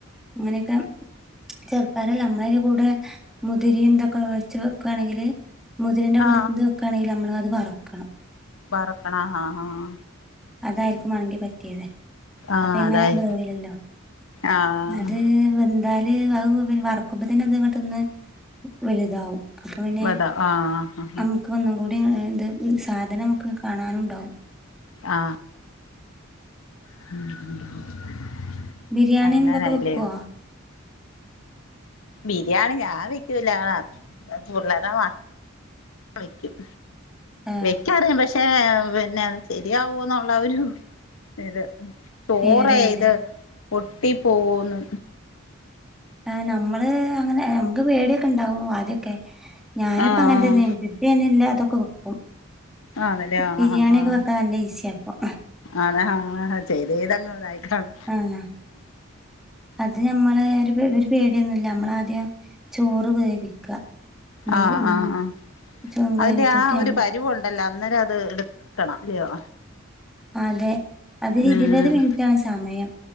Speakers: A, in the centre; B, on the left.
A: അങ്ങനെക്കെ ചെർപയറല്ല നമ്മളയ്ന് കൂടെ മുതിരീംതൊക്കെ വെട്ച്ച് വെക്കാണെങ്കില് മുതിരന്റെ
B: ആ
A: കൂടെ ക്കാണെങ്കില് നമ്മളത് വർക്കണം
B: വറ്ക്കണം ആഹ് ആഹ് ആഹ്
A: അതായിരിക്കും മാണെങ്കി പറ്റിയത്
B: ആഹ്
A: അപ്പ എങ്ങനെയാലും
B: അതായി
A: വേവ്ലല്ലോ
B: ആഹ്
A: അത് വെ വെന്താല് വറ്ക്കുമ്പോ തന്നെ അത് ഒന്ന് ഇങ്ങട്ടൊന്ന് വെല്താകും അപ്പ പിന്നെ
B: വത ആഹ്
A: നമ്മക്ക് ഒന്നും കൂടി എന്ത് സാധനം നമുക്ക് കാണാനും ഇണ്ടാവും
B: ആഹ് <unintelligible>
A: ബിരിയാണിതൊക്കെ
B: അങ്ങനായില്ലയോ
A: വെക്കോ?
B: ബിരിയാണി ഞാൻ വെക്കൂല പുള്ളാരെ <unintelligible> വെക്കും
A: ഏ
B: വെക്കാറിം പക്ഷേ പിന്നെ ശരിയാവോന്നുള്ള ഒരു ഇത് ചോറേത്.
A: പേടിയാണല്ലേ
B: ഒട്ടി പോവോന്നു.
A: ആഹ് നമ്മള് അങ്ങനെ നമുക്ക് പേടിയൊക്കെ ഉണ്ടാവു ആദ്യൊക്കെ ഞാനിപ്പോ
B: ആഹ്
A: അങ്ങനെ തന്നെ. ഇപ്പ ഞാന് എല്ലാതൊക്കെ വെക്കും.
B: ആണല്ലേ ആഹ്
A: ബിരിയാണിയൊക്കെ
B: ആഹ് ആഹ്.
A: വെക്കാൻ നല്ല ഈസിയാ ഇപ്പൊ
B: ആണ് ആഹ് ചെയ്ത് ചെയ്ത് അങ്ങ് ഇതായിക്കണും
A: ആഹ് അത് നമ്മളെ ഒരുപെ ഒരു പേടിയൊന്നുല്ല നമ്മളാദ്യം ചോറ് വേവിക്ക. നെയ്
B: ആഹ്
A: ഉം
B: ആഹ് ആഹ്
A: ചോ വേവിച്ചിട്ട്
B: അതിന്റെ ആ
A: ഞം
B: ഒരു പരിവൊ ണ്ടല്ല അന്നേരം അത് എടുക്കണം ഇല്ലയോ.
A: അതെ അത്
B: ഉം
A: ഇരുപത് മിനിറ്റാണ് സമയം.